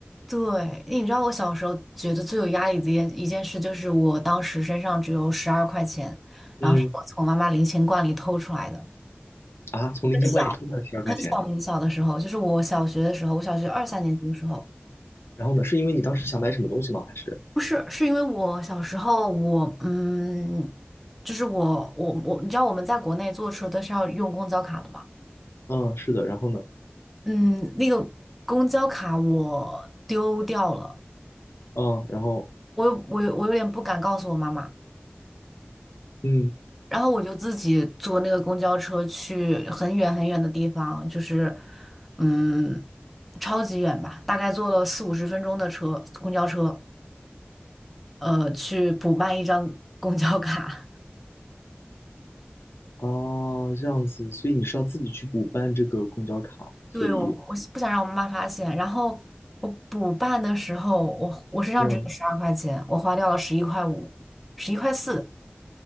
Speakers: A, in the centre; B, on the left.
A: 对，你知道我小时候觉得最有压力的一件一件事，就是我当时身上只有十二块钱，然后是我从妈妈零钱罐里偷出来的。
B: 嗯，啊，从零钱罐里偷出来十二块钱，
A: 很小，很小很小的时候，就是我小学的时候，我小学二三年级的时候，
B: 然后呢，是因为你当时想买什么东西吗？还是？
A: 不是，是因为我小时候我嗯，就是我我我，你知道我们在国内坐车都是要用公交卡的嘛，
B: 嗯，是的，然后呢？
A: 嗯，那个公交卡我丢掉了，
B: 嗯，然后
A: 我有我有我有点不敢告诉我妈妈。
B: 嗯
A: 然后我就自己坐那个公交车去很远很远的地方，就是嗯，超级远吧，大概坐了四五十分钟的车，公交车，呃，去补办一张 <laughs> 公交卡。
B: 啊，这样子，所以你是要自己去补办这个公交卡，所以。
A: 对，我我不想让我妈妈发现。然后我补办的时候，我我身上只有十二块钱，
B: 嗯，
A: 我花掉了十一块五，十一块四，